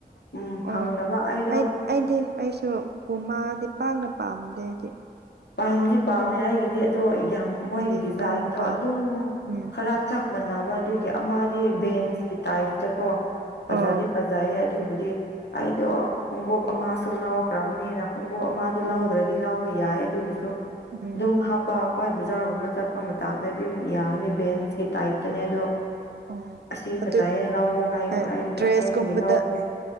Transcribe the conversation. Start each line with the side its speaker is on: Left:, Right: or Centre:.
Left: ꯎꯝ ꯐꯪꯗꯕ
Right: ꯑꯣ
Left: ꯑꯩꯗꯣ
Right: ꯑꯩ ꯑꯩꯗꯤ ꯑꯩꯁꯨ ꯎꯃꯥꯗꯤ ꯄꯥꯛꯅ ꯄꯥꯝꯗꯦꯗꯤ
Left: ꯄꯥꯝꯗꯤ ꯄꯥꯝꯃꯦ ꯑꯩꯒꯤꯗꯤ ꯑꯗꯣ ꯌꯥꯝ ꯃꯣꯏꯒꯤ
Right: ꯑꯩꯗꯤ ꯌꯥꯝ
Left: ꯗꯤꯖꯥꯏꯟꯗꯣ
Right: ꯄꯥꯛꯅ ꯄꯥꯝꯃꯦ
Left: ꯑꯗꯨꯝ
Right: ꯎꯝ
Left: ꯈꯔ ꯆꯞ ꯃꯥꯟꯅꯕ ꯑꯗꯨꯒꯤ ꯑꯃꯗꯤ
Right: ꯎꯝ
Left: ꯕꯦꯝꯁꯀꯤ ꯇꯥꯏꯞꯇ ꯀꯣ ꯐꯖꯥꯗꯤ
Right: ꯑꯣ
Left: ꯐꯖꯩꯌꯦ ꯑꯗꯨꯕꯨꯗꯤ ꯑꯩꯗꯣ ꯍꯣꯡꯒꯞ ꯑꯃꯁꯨ ꯂꯥꯎꯈ꯭ꯔꯕꯅꯤꯅ ꯎꯣꯡꯕꯨꯣꯛ ꯑꯃꯗꯣ ꯂꯥꯎꯗ꯭ꯔꯗꯤ
Right: ꯎꯝ
Left: ꯂꯥꯎꯕ ꯌꯥꯏ ꯑꯗꯨꯕꯨꯁꯨ
Right: ꯎꯝ
Left: ꯑꯗꯨꯝ ꯍꯥꯞꯄ ꯍꯣꯏ ꯕꯖꯥꯔꯒꯨꯝꯕ ꯆꯠꯄ ꯃꯇꯥꯡꯗꯗꯤ ꯑꯗꯨꯝ ꯌꯥꯒꯅꯤ ꯕꯦꯟꯁꯀꯤ ꯇꯥꯏꯞꯇꯅꯦ ꯑꯗꯣ
Right: ꯑꯣ
Left: ꯑꯁꯤ ꯐꯖꯩꯍꯦ
Right: ꯑꯗꯨ
Left: ꯂꯥꯎꯑꯣꯣꯕ
Right: ꯍꯣꯏ ꯗ꯭ꯔꯦꯁꯀꯨꯝꯕꯗ
Left: ꯍꯥꯏꯕꯒꯤ ꯂꯥꯎꯈ꯭ꯔꯦ